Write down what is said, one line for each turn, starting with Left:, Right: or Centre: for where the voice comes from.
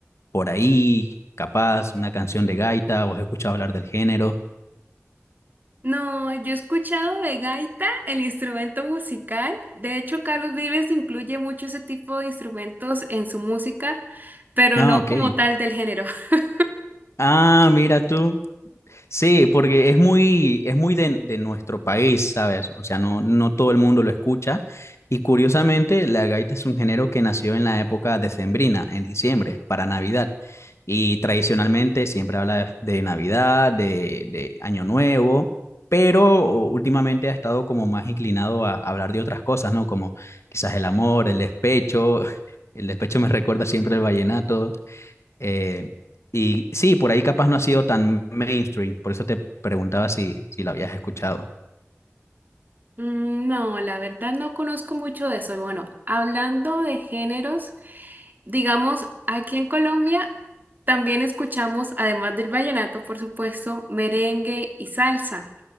Left: por ahí, capaz, una canción de gaita, o has escuchado hablar del género.
Right: No, yo he escuchado de gaita, el instrumento musical. De hecho, Carlos Vives incluye mucho ese tipo de instrumentos en su música, pero
Left: Ah,
Right: no
Left: ok.
Right: como tal del género. <laughs>
Left: Ah, mira tú. Sí, porque es muy, es muy de, de nuestro país, ¿sabes? O sea, no, no todo el mundo lo escucha. Y curiosamente, la gaita es un género que nació en la época decembrina, en diciembre, para Navidad. Y tradicionalmente siempre habla de, de Navidad, de, de Año Nuevo, pero últimamente ha estado como más inclinado a, hablar de otras cosas, ¿no? Como quizás el amor, el despecho. <laughs> El despecho me recuerda siempre el vallenato eh, y sí, por ahí capaz no ha sido tan mainstream, por eso te preguntaba si, si la habías escuchado.
Right: Mm, No, la verdad no conozco mucho de eso. Y bueno, hablando de géneros, digamos, aquí en Colombia también escuchamos, además del vallenato, por supuesto, merengue y salsa.